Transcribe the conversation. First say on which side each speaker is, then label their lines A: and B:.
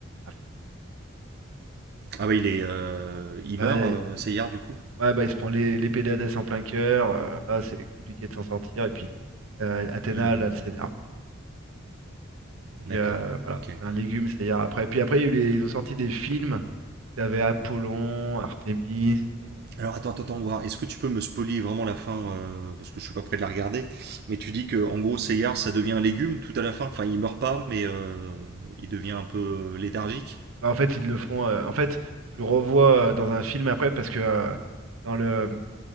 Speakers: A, on the right; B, on the right.
A: Enfin,
B: Ah bah, il est. euh, Il
A: bah,
B: meurt, euh, Seyard, du coup.
A: Ouais, bah, il se prend les- l'épée d'Hadès en plein cœur. euh, là, c'est compliqué de s'en sortir. Et puis, euh, Athéna,
B: Hmm,
A: là, elle s'énerve. Puis,
B: D'accord.
A: euh, voilà,
B: Ok.
A: c'est un légume, c'est hier après. Puis après, il y a eu les- ils ont sorti des films où tu avais Apollon, Artémis. euh.
B: Alors attends, attends, attends, voir. Est-ce que tu peux me spoiler vraiment la fin euh, Parce que je suis pas prêt de la regarder. Mais tu dis que en gros, Seyard, ça devient un légume tout à la fin. Enfin, il meurt pas, mais euh, il devient un peu euh, léthargique.
A: Bah, en fait, ils le font. euh, en fait, tu le revois euh, dans un film après parce que euh, dans le,